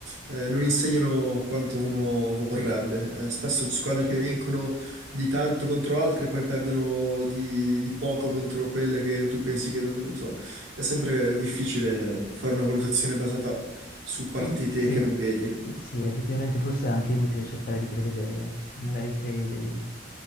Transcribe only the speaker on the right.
Eh, non insegnano quanto uno vorrebbe. Eh, spesso squadre che vincono di tanto contro altre poi perdono di, di poco contro quelle che tu pensi che non, non so. È sempre difficile fare una valutazione basata su partite
che non vedi.